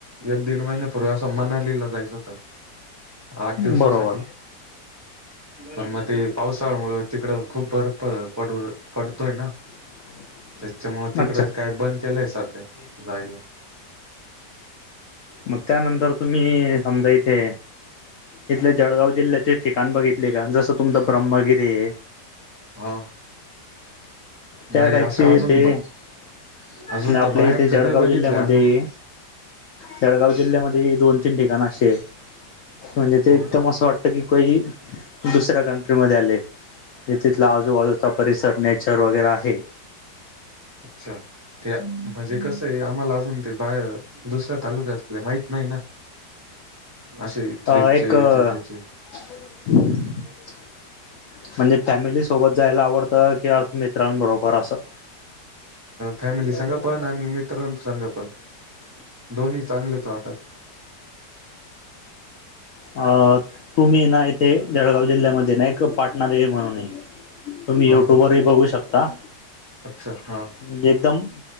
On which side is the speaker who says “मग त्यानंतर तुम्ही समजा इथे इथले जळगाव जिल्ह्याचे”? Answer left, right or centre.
Left